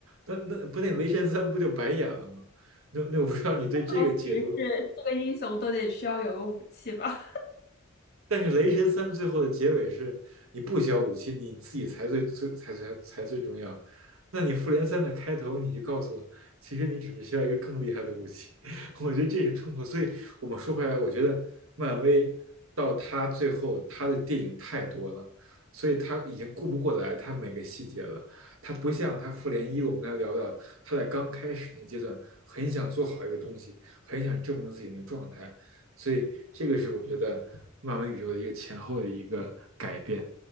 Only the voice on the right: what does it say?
那那不那雷神三不就白演了吗？那那我不知道你对这个解读
但是《雷神三》最后的结尾是，你不需要武器，你自己才最最才才才最重要。那你《复联三》的开头你就告诉我，其实你只是需要一个更厉害的武器。<laughs> 我觉得这是冲突。所以我们说回来，我觉得漫威到他最后，他的电影太多了，所以他已经顾不过来他每个细节了。他不像他《复联一》，我们刚才聊到，他在刚开始那阶段很想做好一个东西，很想证明自己那个状态。所以这个是我觉得漫威宇宙的一个前后的一个改变。